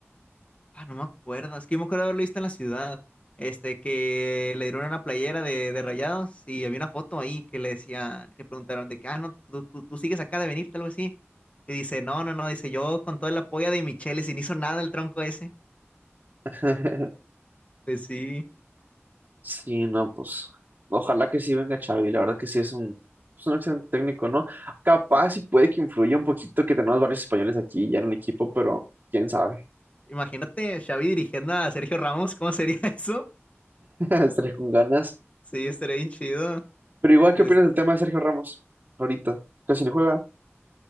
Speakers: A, on the left; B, on the right.
A: Ah, no me acuerdo. Es que yo me acuerdo haberlo visto en la ciudad. Este, que le dieron una playera de, de rayados y había una foto ahí que le decían, que preguntaron de que, ah, no, tú, tú, tú sigues acá de venirte, algo así. Y dice, no, no, no, dice, yo con todo el apoyo de Michele, sin hizo nada el tronco ese.
B: <laughs>
A: Pues sí.
B: Sí, no, pues ojalá que sí venga Xavi, la verdad que sí es un, es un excelente técnico, ¿no? Capaz
A: Sí.
B: y puede que influya un poquito que tenemos varios españoles aquí ya en el equipo, pero quién sabe,
A: Imagínate Xavi dirigiendo a Sergio Ramos, ¿cómo sería <laughs> eso?
B: <laughs> estaré con ganas.
A: Sí, estaría bien chido.
B: Pero igual, ¿qué
A: Este.
B: opinas del tema de Sergio Ramos ahorita? Casi no juega.